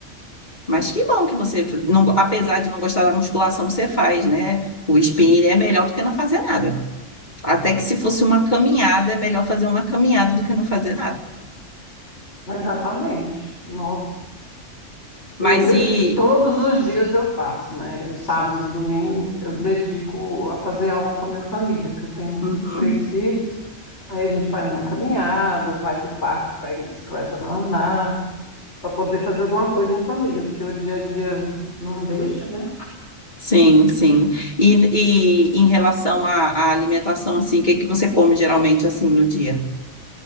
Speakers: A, on the left (about 35°); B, on the left (about 60°).
A: Mas que bom que você, não- apesar de não gostar da musculação, você faz, né? O spinning é melhor do que não fazer nada. Até que se fosse uma caminhada, é melhor fazer uma caminhada do que não fazer nada.
B: Exatamente. Nossa.
A: Mas
B: Eu prefiro,
A: e.
B: todos os dias eu faço, né? Os sábados e domingo eu dedico a fazer algo com a minha família, que eu tenho
A: Uhum.
B: três filhos. Aí a gente vai numa caminhada, ou vai para o parque, pega a bicicleta para andar, para poder fazer alguma coisa em família, porque o dia a dia não deixa, né?
A: Sim, sim. E, e em relação à, à alimentação, assim, o que que você come geralmente, assim, no dia?